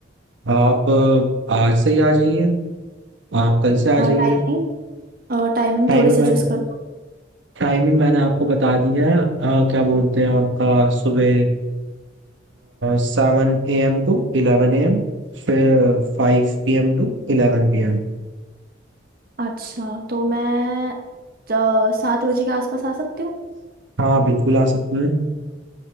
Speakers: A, on the right (about 75°); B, on the right (about 50°).
A: आप अ, आज से ही आ जाइए आप कल से आ जाइए
B: टाइमिंग टाइमिंग
A: टाइमिंग
B: थोड़ी सजेस्ट
A: मैंने
B: कर दो
A: टाइमिंग मैंने आपको बता दी है अ, क्या बोलते हैं आपका सुबह seven A M to eleven A M फिर five P M to eleven P M
B: अच्छा तो मैं अ, सात बजे के आसपास आ सकती हूँ
A: हाँ बिल्कुल आ सकते हैं